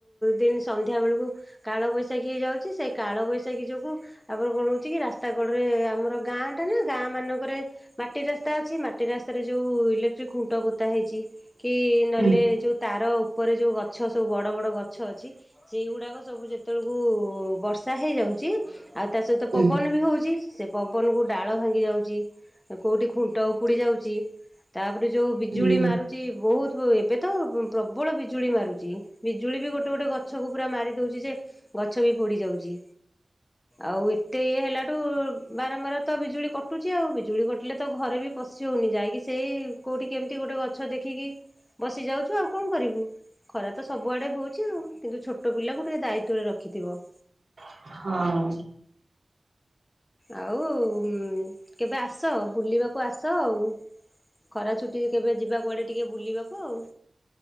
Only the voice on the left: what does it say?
ଦିନ ସନ୍ଧ୍ୟା ବେଳକୁ କାଳବୈଶାଖୀ ହେଇଯାଉଛି ସେଇ କାଳବୈଶାଖୀ ଯୋଗୁଁ ତା ପରେ କଣ ହଉଛି କି ରାସ୍ତା କଡରେ ଆମର ଗାଁ ଟା ନା ଗାଁ ମାନଙ୍କରେ ମାଟି ରାସ୍ତା ଅଛି ମାଟି ରାସ୍ତାରେ ଯୋଉ ଇଲେକ୍ଟ୍ରିକ୍ ଖୁଣ୍ଟ ପୋତା ହେଇଛି କି ନହେଲେ
ଯୋଉ ତାର ଉପରେ ଯୋଉ ଗଛ ସବୁ ବଡ଼ ବଡ଼ ଗଛ ଅଛି ସେଇଗୁଡାକ ସବୁ ଯେତେବେଳକୁ ବର୍ଷା ହେଇଯାଉଛି ଆଉ ତା ସହିତ
ପବନ ବି ହଉଛି ସେ ପବନକୁ ଡାଳ ଭାଙ୍ଗି ଯାଉଚି କୋଉଠି ଖୁଣ୍ଟ ଉପୁଡ଼ି ଯାଉଚି। ତାପରେ ଯୋଉ ବିଜୁଳି
ମାରୁଛି ବହୁତ୍ ଏବେ ତ ପ୍ରବଳ ବିଜୁଳି ମାରୁଛି ବିଜୁଳି ବି ଗୋଟେ ଗୋଟେ ଗଛକୁ ପୁରା ମାରି ଦଉଛି ଯେ ଗଛ ବି ପୋଡି ଯାଉଛି ଆଉ ଏତେ ଇଏ ହେଲାଠୁ ବାରମ୍ବାର ତ ବିଜୁଳି କଟୁଚି ଆଉ ବିଜୁଳି କଟିଲେ ତ ଘରେ ବି ପଶି ହଉନି ଯାଇକି ସେଇ କୋଉଠି କେମିତି ଗୋଟେ ଗଛ ଦେଖିକି ବସି ଯାଉଛୁ ଆଉ କଣ କରିବୁ। ଖରା ତ ସବୁଆଡେ ହଉଛି ଆଉ। କିନ୍ତୁ ଛୋଟ ପିଲାକୁ ଟିକେ ଦାୟିତ୍ଵରେ ରଖିଥିବ।
ଆଉ କେବେ ଆସ ବୁଲିବାକୁ ଆସ ଆଉ। ଖରା ଛୁଟିରେ କେବେ ଯିବା କୁୁଆଡେ ଟିକେ ବୁଲିବାକୁ ଆଉ।